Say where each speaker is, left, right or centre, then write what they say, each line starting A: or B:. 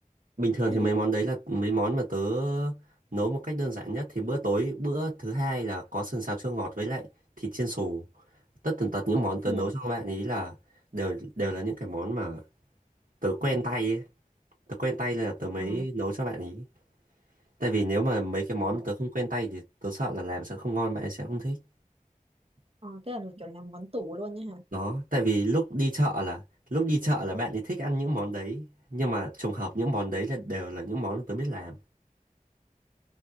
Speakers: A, on the right; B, on the right.
A: bình thường
B: <coughs>
A: thì mấy món đấy là mấy món mà tớ nấu một cách đơn giản nhất thì bữa tối, bữa thứ hai là có sườn xào chua ngọt với lại thịt chiên xù. Tất tần tật những món tớ
B: ừ
A: nấu cho các bạn ý là đều đều là những cái món mà tớ quen tay ấy. Tớ quen tay là tớ mới
B: Ờ,
A: nấu cho bạn ý. Tại vì nếu mà mấy cái món
B: kiểu,
A: tớ không quen tay thì tớ sợ là làm sẽ không ngon bạn ấy sẽ không thích.
B: ờ, tức là kiểu làm món tủ luôn nhá hả
A: Đó, tại vì lúc đi chợ là lúc đi chợ là bạn ấy thích ăn những món đấy, nhưng mà trùng hợp những món đấy là đều là những món tớ biết làm.